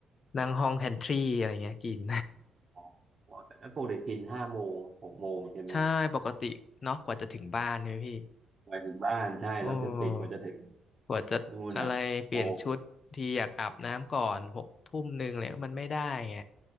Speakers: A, on the left; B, on the right.
A: นั่งห้องแพนทรีอะไรเงี้ยกิน
B: อ๋อแล้วปกติกินห้าโมงหกโมงใช่ไหม
A: <laughs> ใช่ปกติเนาะกว่าจะถึงบ้านเนี่ยพี่
B: ไปถึงบ้านใช่แลจะติดกว่าจะถึง
A: โอ้ กว่าจะอะไรเปลี่ยนชุดทีอยากอาบน้ำก่อนหกทุ่มหนึ่งเลยมันไม่ได้ไง
B: ทั้งนู้นอ่ะหกโมง